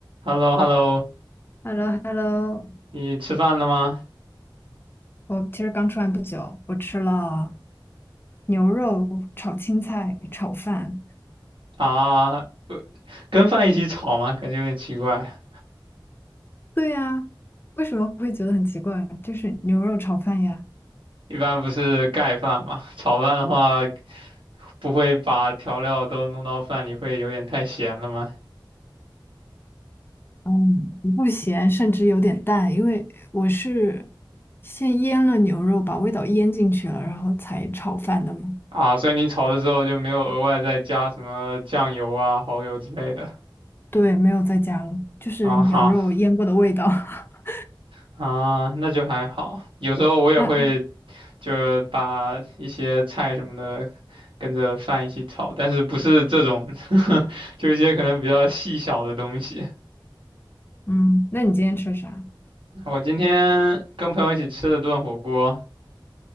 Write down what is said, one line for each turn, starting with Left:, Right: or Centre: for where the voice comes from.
Right: h e l l o h e l l o
Left: h e l l o h e l l o
Right: 你吃饭了吗？
Left: 我其实刚吃完不久，我吃了牛肉炒青菜炒饭。
Right: 啊，呃跟饭一起炒吗？感觉有点奇怪。
Left: 对呀，为什么会觉得很奇怪？就是牛肉炒饭呀，
Right: 一般不是盖饭嘛，<laughs> 炒饭的话不会把调料都弄到饭里，会有点太咸了吗？
Left: 嗯，不咸，甚至有点淡，因为我是先腌了牛肉，把味道腌进去了，然后才炒饭的嘛。
Right: 啊，所以你炒的时候就没有额外再加什么酱油啊、蚝油之类的。
Left: 对，没有再加了，就是牛肉腌过的味道。
Right: 啊哈
Left: <laughs>
Right: 啊，那就还好。有时候我也会
Left: 那，
Right: 就是把一些菜什么的跟着饭一起炒，但是不是这种，<laughs> 就一些可能比较细小的东西。
Left: 嗯，那你今天吃啥
Right: 我今天跟朋友一起吃了顿火锅，